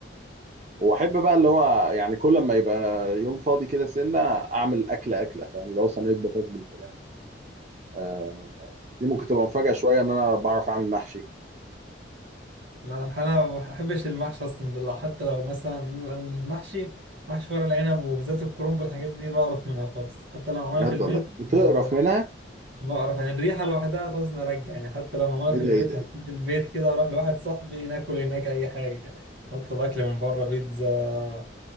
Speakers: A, on the right (about 35°); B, on the right (about 65°).
A: وأحب بقى اللي هو يعني كل ما يبقى يوم فاضي كده سنة أعمل أكلة أكلة فاهم اللي هو صينية بطاطس بالفراخ آه دي ممكن تبقى مفاجأة شوية إن أنا بعرف أعمل محشي
B: لا انا الحقيقة ما بحبش المحشي اصلا ده لو- حتى لو مثلا المحشي محشي ورق العنب وبالذات الكرنب والحاجات دي بعرف منها خالص حتى لو عملها
A: بجد
B: في البيت
A: والله بتقرف
B: آه،
A: منها
B: بعرف يعني الريحة لوحدها تعوز نرجع يعني حتى لو معمولة
A: إيه
B: في
A: ده
B: البيت
A: إيه ده إيه
B: هسيب
A: ده
B: البيت كده واروح لواحد صاحبي ناكل هناك أي حاجة كده أطلب أكل من بره بيتزا